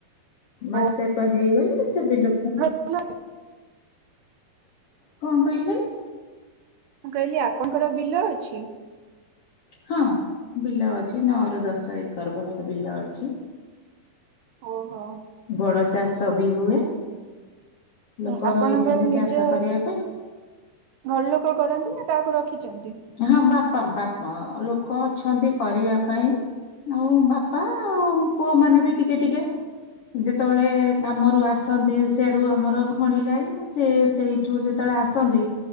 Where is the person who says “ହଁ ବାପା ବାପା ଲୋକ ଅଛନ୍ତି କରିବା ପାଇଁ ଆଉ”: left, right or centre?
Left